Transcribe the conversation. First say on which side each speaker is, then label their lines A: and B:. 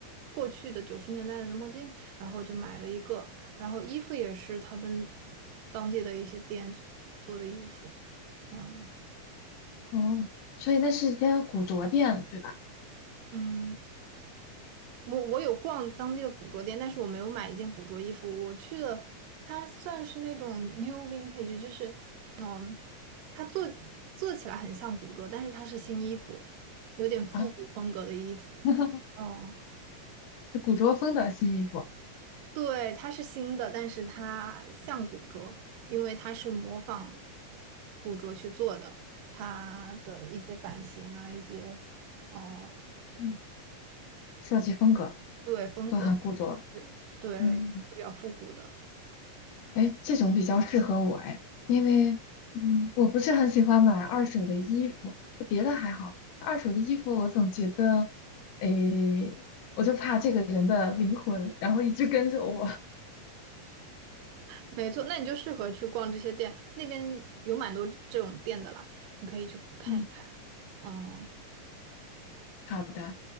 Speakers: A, on the right (about 85°); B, on the left (about 80°).
A: 过去的九十年代的墨镜，然后就买了一个，然后衣服也是他们当地的一些店做做的衣服，嗯
B: 哦，所以那是一间古着店，对吧？
A: 嗯，我我有逛当地的古着店，但是我没有买一件古着衣服，我去的它算是那种 new vintage，就是嗯，它做做起来很像古着，但是它是新衣服，有点复古风格的衣服，
B: 啊，<laughs>
A: 嗯。
B: 是古着风的新衣服。
A: 对，它是新的，但是它像古着，因为它是模仿古着去做的，它的一些版型啊，一些，嗯、
B: 嗯。设计风格
A: 对，风格，
B: 都很固着。
A: 是对，
B: 嗯，
A: 是比较复古的，
B: 哎，这种比较适合我哎，因为嗯，我不是很喜欢买二手的衣服，就别的还好，二手的衣服我总觉得，哎，我就怕这个人的灵魂，然后一直跟着我。
A: 没错。那你就适合去逛这些店，那边有蛮多这种店的啦，你可以去看一看。
B: <laughs> 嗯
A: 嗯
B: 好的，